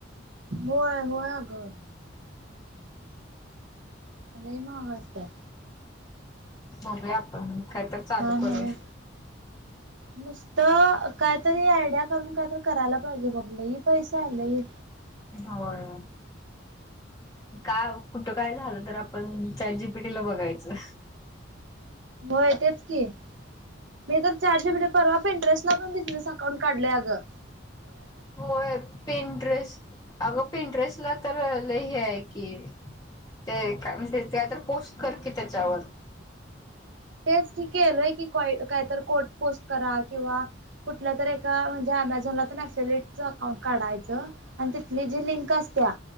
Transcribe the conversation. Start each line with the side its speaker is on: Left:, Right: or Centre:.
Right: होय होय अ ग लाय माहाग असत्या ते
Left: बघया आपण काय तर चालू
Right: काय
Left: करूया
Right: नव्हच नुसतं कायतरी आयडिया करून कायतरी करायला पाहिजे बघलं ह पैसे आलेय,
Left: होय का कुठं काय झालं तर आपण चाटजीपटी पिटीला बघायचं.
Right: होय तेच की मी तर चाटजीपीटी परवा पिट्रेस्ट ण बिझनेस अकाउंट काढल्या गं
Left: हो पेन ्रेस अगं पीइंटरेस्ट ला तर लय हे आहे की, ते काय म्हणजे काय तर पोस्ट कर की त्याच्यावर
Right: तेच केलय की कात कोट पोस्ट करा किंवा कुठल्या तर एका म्हणजे अमेझॉनलाक्टच अकाउंट काढायचं आणि तिथली जी लिंक अस त्या